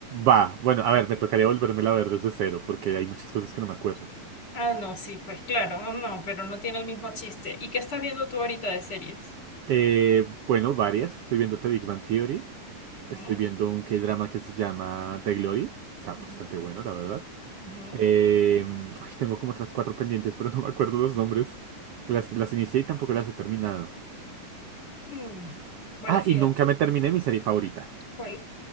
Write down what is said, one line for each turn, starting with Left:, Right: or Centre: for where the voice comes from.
Right: Va, bueno, a ver, me tocaría volvérmela a ver desde cero, porque hay muchas cosas que no me acuerdo.
Left: Ah, no, sí, pues claro, no, no, pero no tiene el mismo chiste. ¿Y qué estás viendo tú ahorita de series?
Right: Eh, bueno, varias. Estoy viéndote Big Bang Theory.
Left: ¿Mm?
Right: Estoy viendo un K-drama que se llama The Glory. Está bastante
Left: Ujú,
Right: bueno, la verdad.
Left: ujú,
Right: Eh, ay, tengo como otras cuatro pendientes, pero <laughs> no me acuerdo los nombres. Que las, las inicié y tampoco las he terminado.
Left: mm. Bueno,
Right: Ah,
Left: fíjate,
Right: y nunca me terminé mi serie favorita.
Left: ¿cuál?